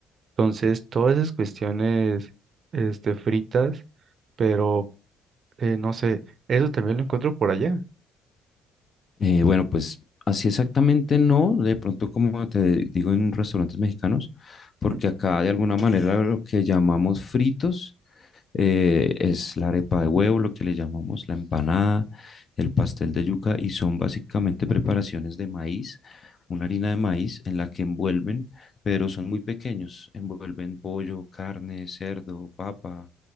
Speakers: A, on the right (about 45°); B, on the left (about 40°).
A: Entonces, todas esas cuestiones, este, fritas, pero eh, no sé, eso también lo encuentro por allá.
B: Eh, bueno, pues así exactamente no, de pronto como te digo en restaurantes mexicanos, porque
A: ¿no?
B: acá de alguna manera lo que llamamos fritos eh, es la arepa de huevo, lo que le llamamos la empanada, el pastel de yuca y son básicamente preparaciones de maíz, una harina de maíz en la que envuelven, pero son muy pequeños, envuelven pollo, carne, cerdo, papa,